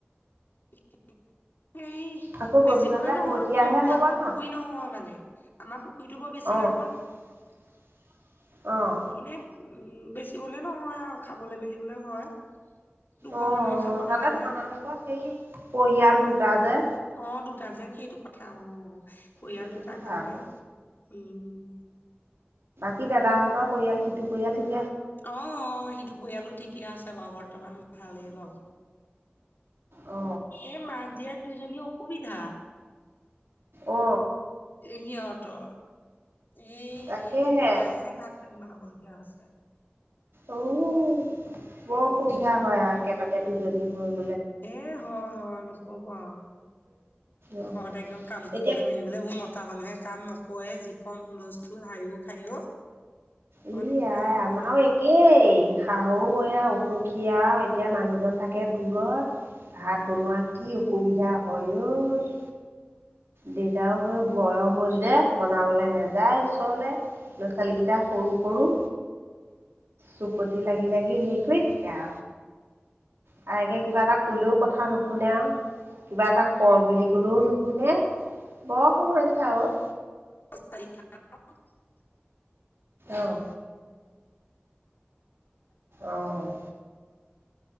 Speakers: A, on the left; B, on the right.
A: <unintelligible> হেই
B: আকৌ
A: বেচি
B: গধূলা
A: গলে
B: হ'লে
A: নহয়
B: বৰতীয়াহে
A: বৰ
B: হ'ব
A: ডাঙৰ
B: ন?
A: পুখুৰী নহয় মানে আমাৰ পুখুৰীটো বৰ বেছি ডাঙ
B: <inaudible> আহ।
A: এনেই বেচিবলে নহয় আও খাবলে মেলিবলে হয়। দুঘৰ
B: অ
A: মানুহে খাব
B: তাতে
A: লাগে
B: তোমাৰ
A: যে।
B: আকৌ সেই পৰিয়াল দুটা যে।
A: অ দুটা যেন সেইটো কথা অ। পৰিয়ালটো
B: সেইটো
A: তাৰ
B: কথা
A: কাৰণে
B: আকৌ
A: উম।
B: স দাদাহঁত পৰিয়াল সিটো পৰিয়াল থিক
A: অ অ সিটো পৰিয়ালো ঠিকে আছে বাৰু বৰ্তমান ভালেই বাৰু।
B: অ
A: এ মাক জীয়েক দুইজনী অসুবিধা।
B: অ।
A: ইহঁতৰ। এ
B: তাকেহে
A: হেই মায়েহে ভাত পানী বনাব লগীয়া হৈছে
B: উ বৰসুবিধা
A: উম
B: হয় আৰু একেলগে দুজনী হৈ গ।
A: এ হয় হয় নকবা আও।
B: অ
A: ঘৰত একদম কাম কৰিবলৈ
B: এতিয়া
A: মেলিবলৈ বোৰ মতা মানুহে কাম নকৰে যি খন বস্তু হাইও খাইও।
B: ই
A: বৰ দিগদাৰ
B: আই
A: হয়।
B: আমাৰো একেই শাহু এয়া অসুখ খ আৰু এতিয়া মানুহজন থাকে দূৰত ভাত বনোৱা কি অসুবিধা। হয় ঐ। দেতাও হৈ বয়স হ'ল যে বনাবলৈ নাযায় ওচৰলে। ল'ৰা ছোৱালীকেইটা সৰু সৰু চুকতি লাগি লাগি হেৰি কৰি থাকে। কেয়া বাইকে কিবা এটা কলেও কথা নুশুনে আও। কিবা এটা কৰ বুলি কলেও নুশুনে বৰ সমস্যা ঔ।
A: <unintelligible>
B: আহ আহ।